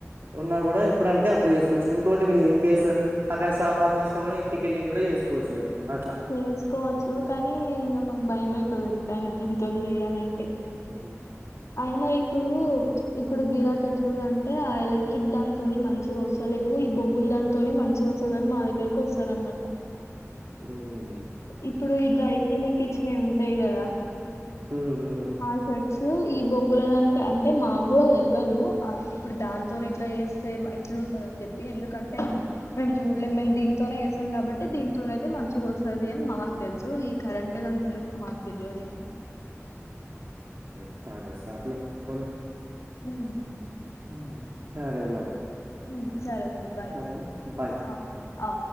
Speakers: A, on the right; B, on the left.
A: ఉన్నా కూడా ఎప్పుడంటే అప్పుడు చేసుకోవచ్చు. ఇంకోటి మీ ఇన్కేసు అక్కడ శాప్బంజ్ చేసినా గూడ, ఇంటికెళ్ళి గుడ చేసుకోవచ్చు మీరు అట్లా
B: చేసుకోవచ్చు కానీ, ఇగ మాకు భయమైతది ఎంతైనా దంతోంనీచేయాలంటే
A: ఆ
B: అయిన ఇప్పుడు ఇప్పుడు గిరాక్ ఏట్లుర్ అంటే ఆ ఎలక్ట్రిక్ దానితోని మంచి ఒస్తలేవు ఈ బొగ్గులు దానితోనే మంచి వస్త గాని మా దగ్గరకి వస్తారన్మాట
A: ఓగే
B: ఇప్పుడు ఈ డ్రైక్లినింగ్ ఇచ్చినయి ఉంటాయి గదా
A: ఉమ్ ఉమ్
B: ఆ షర్ట్స్ ఇప్పుడు ఈ బొగ్గుల దానికి అంటే మాకు గూడ తెల్వదు. ఆ ఇప్పుడు దాంతోనే ఇట్లా జెస్తే ఇట్లా ఉంటందని చెప్పి ఎందుకంటే మేము చూడలేము. మేము దీంతోనే జేస్తం కాబట్టి దీనితోనయితే మంచిగా ఒస్తది. మాగ్ తెల్సు ఈ కరెంట్దంతోనైతే మాగ్ తెల్వదిగా
A: సరే సర్లే పోని
B: ఉమ్
A: ఉమ్ సరే మరి
B: ఉమ్ సరేనండి బాయ్
A: సరేనా బాయ్
B: ఆ ఆ